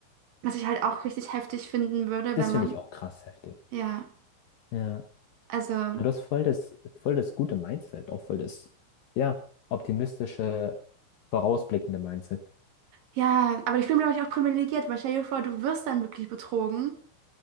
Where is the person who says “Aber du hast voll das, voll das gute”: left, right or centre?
Left